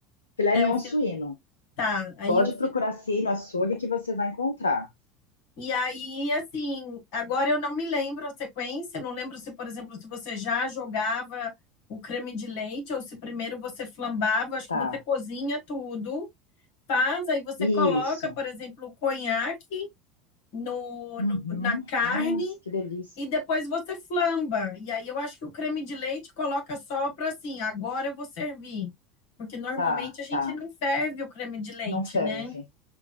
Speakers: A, on the left; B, on the left.
A: Filé mignon
B: É, o filé,
A: suíno.
B: tá, aí
A: Pode
B: o filé.
A: procurar sim no açougue que você vai encontrar.
B: E aí, assim, agora eu não me lembro a sequência, não lembro se, por exemplo, se você já jogava o creme de leite ou se primeiro você flambava, acho
A: Tá.
B: que você cozinha tudo, faz, aí você
A: Isso.
B: coloca, por exemplo, o conhaque, no,
A: Uhum.
B: no- na carne
A: Nossa, que delícia.
B: e depois você flamba. E aí eu acho que o creme de leite coloca só para assim, agora eu vou servir. Porque normalmente
A: Tá,
B: a gente
A: tá.
B: não ferve o creme de leite,
A: Não ferve.
B: né?